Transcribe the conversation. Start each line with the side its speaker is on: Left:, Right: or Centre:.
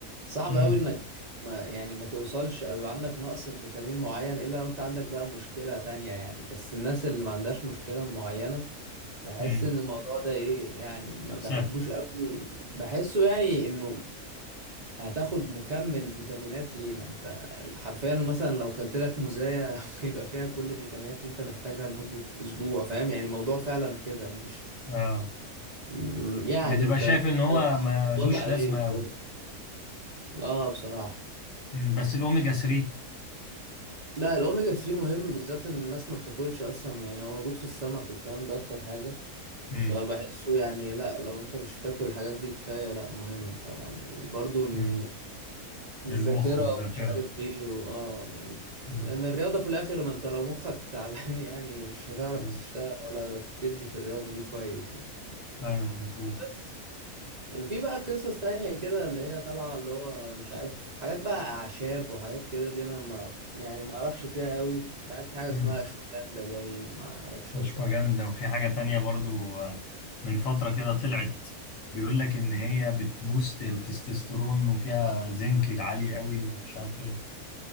Right: صعب
Left: امم
Right: قوي انك ما يعني ما توصلش او يبقى عندك نقص في فيتامين معين الا لو انت عندك بقى مشكلة تانية يعني بس الناس اللي ما عندهاش مشكلة معينة بحس
Left: امم
Right: ان الموضوع ده ايه يعني ما بحبوش
Left: سهل
Right: قوي بحسه يعني انه هتاخد مكمل فيتامينات ليه ما انت حرفيا مثلا لو كلت لك موزاية <laughs> ممكن يبقى فيها كل الفيتامينات اللي انت محتاجها لمدة اسبوع فاهم يعني الموضوع فعلا كده مش
Left: اه
Right: م- يعني
Left: بتبقى
Right: فليه
Left: شايف ان هو ملوش
Right: تحط عليه
Left: لازمه قوي
Right: كده؟ اه بصراحة
Left: مم. بس الاوميجا 3
Right: لا الاوميجا 3 مهم بالذات ان الناس ما بتاكلش اصلا يعني هو موجود في السمك والكلام ده اكتر حاجة
Left: امم
Right: فبحسه يعني لا لو انت مش بتاكل الحاجات دي كفاية لا مهم طبعا برضو ال-
Left: امم
Right: الذاكرة
Left: للمخ والذاكره
Right: ومش عارف ايه واه يعني
Left: مم.
Right: لان الرياضة في الاخر ما انت لو مخك تعبان <laughs> يعني مش هتعرف
Left: مم.
Right: تشتغل ولا تدي في الرياضة دي كويس يعني
Left: ايوه مظبوط
Right: بس وفي بقى قصص تانية كده اللي هي طالعة اللي هو مش عارف حاجات بقى أعشاب وحاجات كده دي أنا ما ف- يعني ما أعرفش فيها قوي مش عارف في حاجة
Left: مم.
Right: اسمها أشواجندا باين ما أعرفش
Left: مش
Right: أو تعرف
Left: فاجندا وفي حاجة تانية برضو آه، من فترة كده طلعت بيقول لك ان هي بتبوست التستوستيرون وفيها زنك عالي قوي ومش عارف ايه